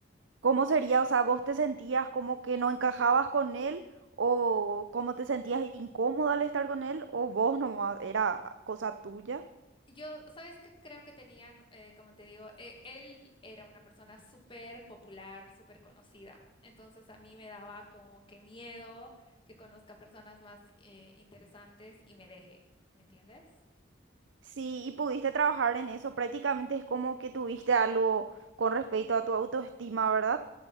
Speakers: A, on the right (about 75°); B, on the left (about 25°).
A: ¿Cómo sería? O sea, ¿vos te sentías como que no encajabas con él? ¿O cómo te sentías incómoda al estar con él? ¿O vos nomás era cosa tuya?
B: Yo, ¿sabes qué? Creo que tenía, eh, como te digo, eh, él era una persona súper popular, súper conocida. Entonces a mí me daba como que miedo que conozca personas más eh, interesantes y me deje, ¿me entiendes?
A: Sí, y pudiste trabajar en eso. Prácticamente es como que tuviste algo con respecto a tu autoestima, ¿verdad?